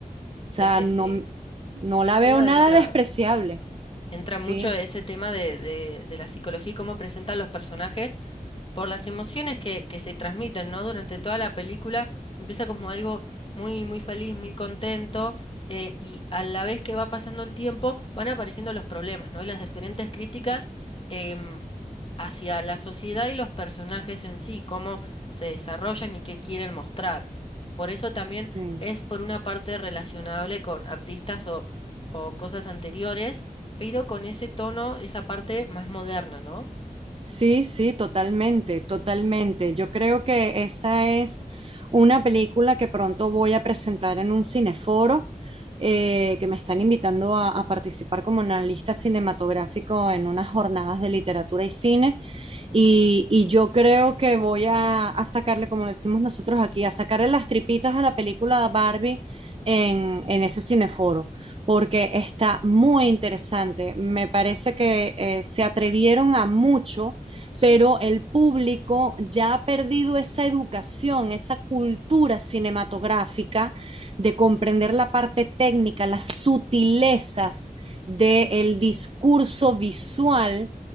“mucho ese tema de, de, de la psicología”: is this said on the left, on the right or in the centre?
Left